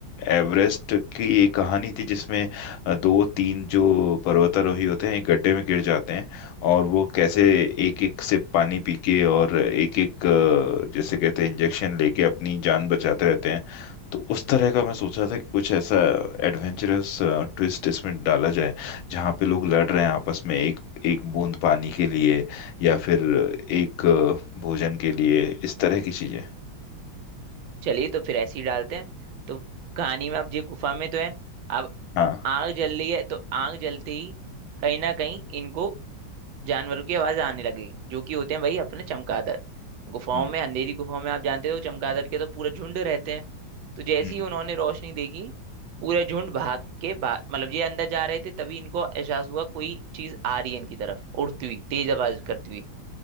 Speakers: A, on the left; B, on the right.
A: एवरेस्ट की एक कहानी थी जिसमें अ, दो तीन जो पर्वतारोही होते हैं एक गड्ढे में गिर जाते हैं और वो कैसे एक एक सिप पानी पी के और एक एक जैसे कहते हैं इंजेक्शन लेके अपनी जान बचाते रहते हैं तो उस तरह का मैं सोच रहा था कि कुछ ऐसा एडवेंचरस ट्विस्ट इसमें डाला जाए जहाँ पे लोग लड़ रहे हैं आपस में एक एक बूंद पानी के लिए या फिर एक अ, भोजन के लिए इस तरह की चीजें
B: चलिए तो फिर ऐसे ही डालते हैं तो कहानी में अब ये गुफा में तो है अब
A: हाँ
B: आग जल रही है तो आग जलते ही कहीं ना कहीं इनको जानवरों की आवाज आने लगी जो कि होते हैं भाई अपने चमगादड़ गुफाओं
A: हम्म
B: में अंधेरी गुफाओं में आप जानते हो चमगादड़ के तो पूरा झुंड रहते हैं तो जैसे
A: हम्म
B: ही उन्होंने रोशनी देखी पूरा झुंड भाग के भाग मतलब ये अंदर जा रहे थे तभी इनको एहसास हुआ कोई चीज आ रही है इनकी तरफ उड़ती हुई तेज आवाज करती हुई